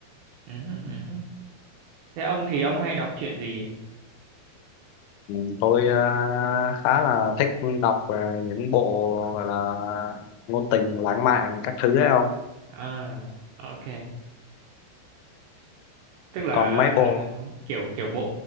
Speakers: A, on the right; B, on the left.
A: Ừ. ừ. Thế ông thì ông hay đọc truyện gì?
B: Ừ, Tôi ờ, khá là thích đọc ờ, những bộ gọi là ngôn tình lãng mạn các thứ ấy không?
A: À, ok. tức là
B: Còn mấy bộ
A: kiểu kiểu bộ